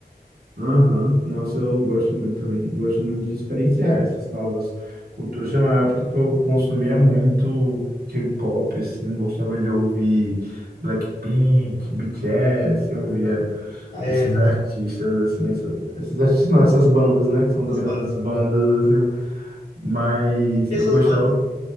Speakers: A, on the right; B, on the left.
A: Aham. Nossa, eu gosto muito também. Eu gosto muito de experienciar essas novas culturas. Tinha uma época que eu consumia muito K-pop, assim, gostava de ouvir Blackpink, BTS, eu ouvia
B: ah,
A: esses
B: é,
A: <laughs> artistas, assim, essa- esses artistas não, essas bandas, né, que são
B: essas
A: grandes
B: bandas,
A: bandas,
B: né?
A: assim, mas
B: E
A: eu
B: essas
A: gostava.
B: bandas.